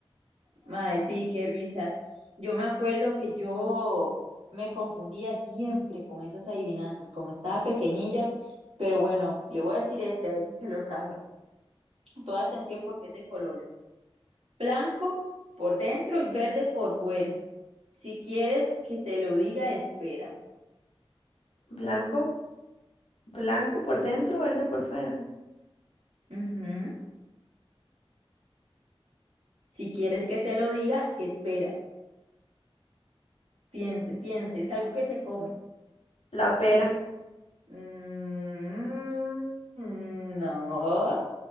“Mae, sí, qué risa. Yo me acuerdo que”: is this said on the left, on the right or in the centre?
Right